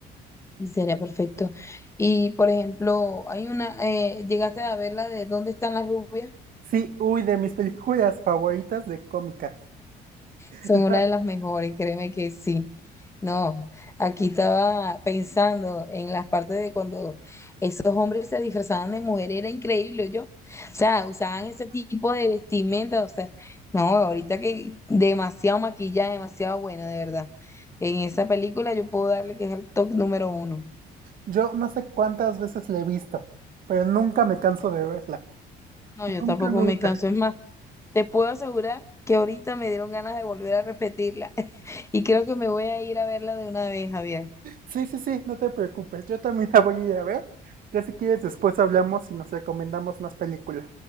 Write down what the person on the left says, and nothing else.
y sería perfecto. Y por ejemplo, hay una, eh, llegaste a ver la de ¿Dónde están las rubias?
Son
una de las mejores, créeme que sí. No, aquí estaba pensando en las partes de cuando esos hombres se disfrazaban de mujer, era increíble, yo. O sea, usaban ese tipo de vestimenta, o sea, no, ahorita que demasiado maquillaje, demasiado bueno, de verdad. En esa película yo puedo darle que es el top número uno.
No,
yo tampoco
me canso, es más, te puedo asegurar que ahorita me dieron ganas de volver a repetirla <laughs> y creo que me voy a ir a verla de una vez, Javier.